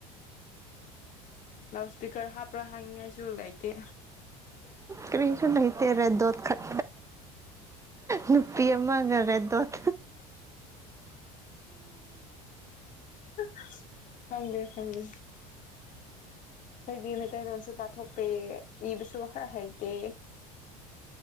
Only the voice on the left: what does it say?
ꯂꯥꯎꯠ ꯏꯁ꯭ꯄꯤꯀꯔ ꯍꯥꯞꯄ꯭ꯔꯥ ꯍꯥꯏꯅꯤꯡꯉꯥꯏꯁꯨ ꯂꯩꯇꯦ
<unintelligible> ꯈꯪꯗꯦ ꯈꯪꯗꯦ ꯑꯩꯗꯤ ꯃꯩꯇꯩꯂꯣꯟꯁꯨ ꯄꯥꯊꯣꯛꯇꯦ ꯏꯕꯁꯨ ꯈꯔ ꯍꯩꯇꯦ